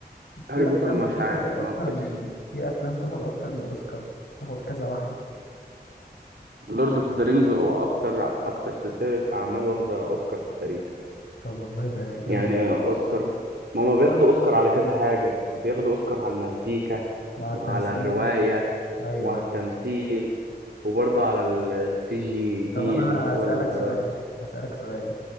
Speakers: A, on the left; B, on the right.
A: في
B: هاري بوتر
A: افلام
B: مش
A: بتاخد
B: عارف
A: اكتر
B: ما أعتقدش.
A: من في افلام بتاخد اكتر من اوسكار تاخد كذا واحده
B: لورد اوف ذا رينجز هو أكتر أكتر سلسلة أعمال واخدة أوسكار في التاريخ.
A: طب والله ده جامد
B: يعني أوسكار ما هما بياخدوا أوسكار على كذا حاجة، بياخدوا أوسكار على المزيكا
A: وعلى
B: وعلى
A: التمثيل
B: الرواية
A: ايوه
B: وعلى
A: ايوه
B: التمثيل وبرضه على السي جي تي
A: طب انا
B: اللي هو
A: هسألك
B: ال-
A: سؤال هسألك سؤال